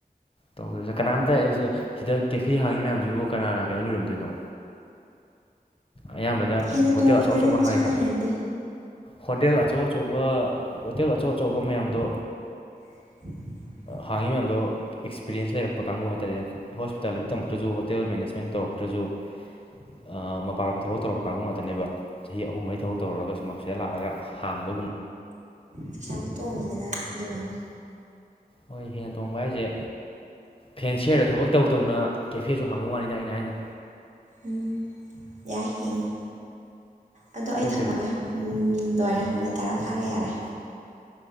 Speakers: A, on the left; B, on the right.
A: ꯇꯧꯗꯣꯁꯦ ꯀꯅꯥꯝꯇ ꯑꯩꯁꯦ ꯁꯤꯗ ꯀꯦꯐꯦ ꯍꯥꯡꯉꯤ ꯃꯌꯥꯝꯁꯤꯕꯨ ꯀꯅꯥꯅ ꯀꯩꯅꯣ ꯂꯣꯏꯔꯝꯗꯣꯏꯅꯣ ꯑꯌꯥꯝꯕꯅ
B: ꯍꯦꯟꯅ
A: ꯍꯣꯇꯦꯜ
B: ꯇꯣꯡꯉꯤꯗꯅ
A: ꯑꯆꯧ ꯑꯆꯧꯕ
B: ꯅꯁꯥꯅ
A: ꯍꯥꯡꯉꯤꯗꯣ
B: ꯍꯩꯔꯗꯤ
A: ꯍꯣꯇꯦꯜ ꯑꯆꯧ ꯑꯆꯧꯕ ꯍꯣꯇꯦꯜ ꯑꯆꯧ ꯑꯆꯧꯕ ꯃꯌꯥꯝꯗꯣ
B: <inaudible>
A: ꯍꯥꯡꯉꯤ ꯃꯌꯥꯝꯗꯣ ꯑꯦꯛꯁꯄꯤꯔꯤꯌꯦꯟꯁ ꯂꯩꯔꯛꯄ ꯀꯥꯡꯒꯨ ꯍꯥꯏꯇꯥꯔꯦꯅꯦ ꯍꯣꯁꯄꯤꯇꯥꯜꯂꯤꯠ ꯇꯝꯃꯛ ꯑꯗꯨꯨꯁꯨ ꯍꯣꯇꯦꯜ ꯃꯦꯅꯦꯖꯃꯦꯟ ꯇꯧ ꯑꯗꯨꯖꯨ ꯑꯥ ꯃꯐ ꯃꯄꯥꯂꯝꯗ ꯊꯕꯛ ꯇꯧꯔꯛꯄ ꯀꯥꯡꯕꯨ ꯉꯥꯇꯅꯦꯕ ꯆꯍꯤ ꯑꯍꯨꯝ ꯃꯔꯤ ꯊꯕꯛ ꯇꯧꯔꯨꯔꯒ ꯁꯨꯃꯥꯁ ꯁꯤꯗ ꯂꯥꯛꯑꯒ ꯍꯥꯡꯕꯒꯨꯝ
B: ꯄꯁꯥꯗꯨ ꯇꯣꯡꯉꯤꯗꯅ ꯑꯗꯨꯏꯋꯥꯅꯤ
A: ꯍꯣꯏ ꯍꯦꯟꯅ ꯇꯣꯡꯕ ꯍꯥꯏꯁꯦ ꯐꯦꯟ ꯁꯤꯌꯔꯗ ꯊꯕꯛ ꯇꯧ ꯇꯧꯅ ꯀꯦꯐꯦꯁꯨ ꯍꯥꯡꯕꯩ ꯋꯥꯅꯤꯗ ꯑꯩꯅ ꯍꯥꯏꯅ
B: ꯎꯝ ꯌꯥꯏ ꯌꯦꯡꯉꯣ ꯑꯗꯣ ꯑꯩ
A: ꯇꯣꯛꯇꯕꯤ
B: ꯊꯝꯃꯒꯦ ꯎꯝ ꯃꯤꯟ ꯂꯣꯏꯔꯦ ꯃꯤꯅꯠ ꯇꯔꯥ ꯐꯥꯔꯦ ꯌꯥꯔꯦ